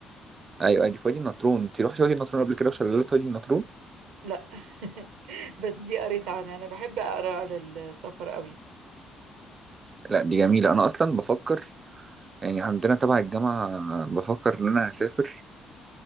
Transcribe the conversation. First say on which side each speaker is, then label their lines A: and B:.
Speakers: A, on the right; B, on the right.
A: ايوه أيوة، دي في وادي النطرون انت رحتي وادي النطرون قبل كده وشلالات وادي النطرون
B: لا <laughs> بس دي قريت عنها انا بحب اقرا على السفر قوي
A: لا دي جميله انا اصلا بفكر يعني عندنا تبع الجامعة بفكر إن أنا هسافر